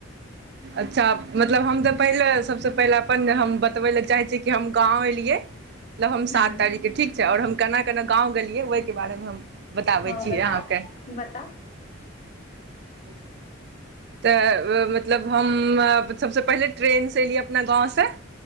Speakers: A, on the right (about 55°); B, on the left (about 40°).
A: अच्छा मतलब हम तब पहिले सभसँ पहिले अपन हम बतबै लए चाहै छीै कि हम गाँव एलियै मतलब हम
B: हूँ
A: सात तारीख के ठीक छै और हम केना केना गाँव गेलै ओहिके बारेमे हम बताबै
B: हँ
A: छी
B: बताउ
A: अहाँके
B: बताउ
A: <inaudible> तऽ मतलब हम सभसँ पहिले ट्रेनसँ एलियै अपना गाँवसँ